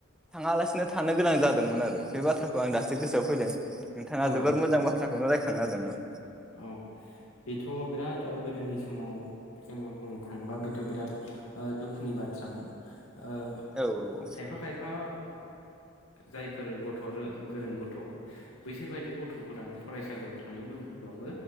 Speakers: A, in the centre; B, on the left.
A: थाङालासिनो थानो गोनां जादोंमोन आरो बे बाथ्राखौ आं दासो गोसोआव फैदों नोंथाङा
B: औ
A: जोबोर मोजां बाथ्राखौनो रायख खांना होदों औ
B: औ बेथ' बिराद गोदोनि समाव जोङो बुंनो थाङोबा बेथ' बिराद ओ दुखुनि बाथ्रामोन। ओ
A: औ औ
B: खायफा- खायफा जायफोर गथ' गोरों गथ' बैसोरबायदि गथ'फोरा फरायसालियाव थांनो लुबैबा बाबो